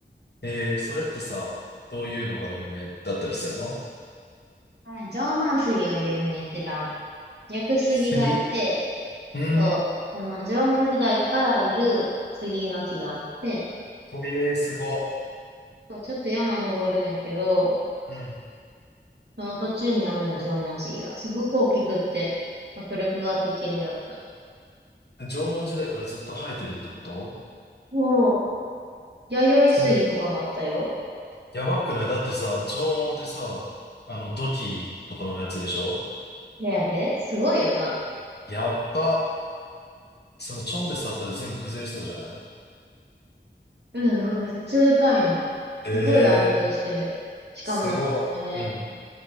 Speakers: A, on the left; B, on the right.
A: えー、それってさ、どういうのが有名だったりするの
B: はい縄文杉が有名一番。屋久杉があって、
A: 杉うーん。
B: そう、その縄文時代からいる杉の木があって、
A: えー、すご。
B: そう、ちょっと山登るんやけど、
A: うん。
B: その途中にあるの縄文杉がすごく大きくって、迫力があって綺麗やった。
A: 縄文時代からずっと生えてるってこと
B: おう、弥生杉とかもあったよ。
A: それ、やばくないだってさ、縄文ってさ、あの、土器とかのやつでしょ
B: レアで、すごいよな。
A: やっば。その、ちょんって触ったら全部崩れそうじゃない
B: うんうん、めっちゃでかいの。
A: えー。
B: すごい安定してる。しかも、
A: すごい。
B: あれ、
A: うん。